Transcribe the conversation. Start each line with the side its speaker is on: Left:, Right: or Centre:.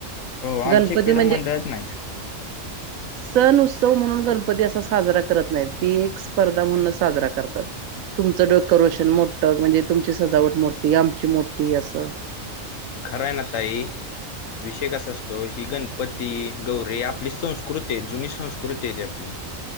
Left: ओ आमचेकड
Right: गणपती म्हणजे
Left: मंडळच नाहीत.
Right: सण उत्सव म्हणून गणपती असा साजरा करत नाहीत ती एक स्पर्धा म्हणूनच साजरा करतात. तुमचं <unintelligible> मोठं म्हणजे तुमची सजावट मोठी आमची मोठी असं.
Left: खरं हाय ना ताई विषय कसा असतोय ही गण पती गौरीे आपली संस्कृती हाय जुनी संस्कृती हाय ती आपली.